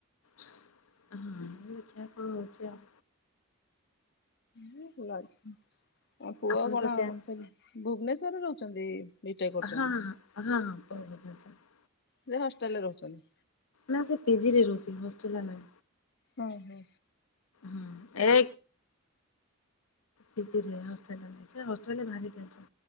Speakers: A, on the left (about 85°); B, on the left (about 55°).
A: ହଁ ଦେଖିଆ କଣ ହୋଉଚି ଆଉ
B: ହଁ ଭଲ ଅଛି ଅ ପୁଅ
A: ଆପଣଙ୍କ
B: କଣ
A: ଟ୍ୟାପ
B: ସେ ଭୁବନେଶ୍ୱରରେ ରହୁଛନ୍ତି ବିଟେକ୍ କରୁଛନ୍ତି।
A: ଆହାଁ ଆହାଁ ଭୁବନେଶ୍ବର
B: ସେ ହଷ୍ଟେଲରେ ରହୁଚନ୍ତି।
A: ନା ସେ ପିଜିରେ ରହୁଚି ହଷ୍ଟେଲରେ ନା
B: ଓହୋ।
A: ହୁଁ ଏ ପିଜିରେ ହଷ୍ଟେଲରେ ସେ ହଷ୍ଟେଲରେ ଭାରି ଟେନ୍ସନ।